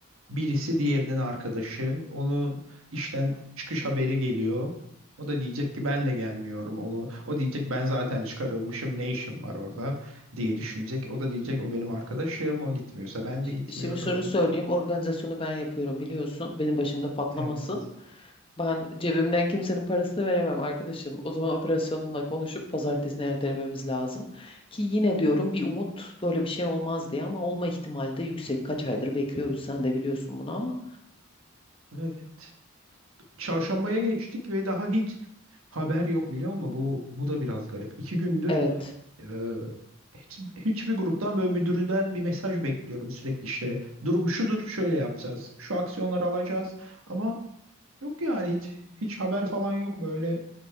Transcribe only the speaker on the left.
Şi-
Şimdi şunu söyleyeyim. Organizasyonu ben yapıyorum biliyorsun. Benim başımda patlamasın.
Ben cebimden kimsenin parasını veremem arkadaşım. O zaman operasyonla konuşup pazartesine ertelememiz lazım. Ki yine diyorum bir umut böyle bir şey olmaz diye ama olma ihtimali de yüksek. Kaç aydır bekliyoruz sen de biliyorsun bunu ama.
Evet.